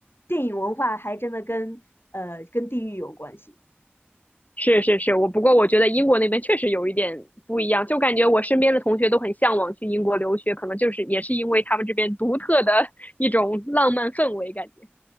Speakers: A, on the left; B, on the left.
A: 电影文化还真的跟呃跟地域有关系。
B: 是是是，我不过我觉得英国那边确实有一点不一样，就感觉我身边的同学都很向往去英国留学，可能就是也是因为他们这边独特的 <laughs> 一种浪漫氛围感觉。